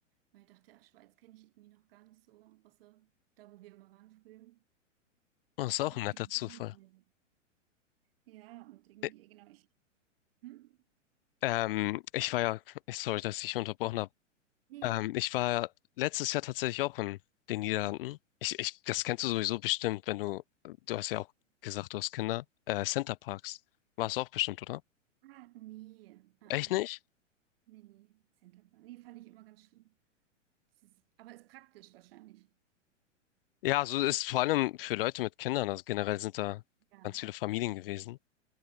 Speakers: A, on the right; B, on the left.
A: weil ich dachte, ach, Schweiz kenne ich irgendwie noch gar nicht so, außer da, wo wir immer waren früher.
B: Oh, Das
A: Das
B: ist
A: ist
B: auch
A: eine
B: ein
A: gute
B: netter
A: Gelegenheit.
B: Zufall.
A: Ja, und irgendwie,
B: Ä-
A: genau, ich. Hm?
B: Ähm, ich war ja, ich, sorry, dass ich unterbrochen habe.
A: Nee,
B: Ähm,
A: ja, klar.
B: ich war letztes Jahr tatsächlich auch in den Niederlanden. Ich, ich, das kennst du sowieso bestimmt, wenn du, du hast ja auch gesagt, du hast Kinder. Äh, Centerparks. War es auch bestimmt, oder?
A: Ah, nee. Ah,
B: Echt
A: ah.
B: nicht?
A: Nee, nee, Centerband. Nee, fand ich immer ganz schlimm. Das ist, aber ist praktisch wahrscheinlich.
B: Ja, so ist vor allem für Leute mit Kindern, also generell sind da
A: Ja,
B: ganz viele Familien gewesen.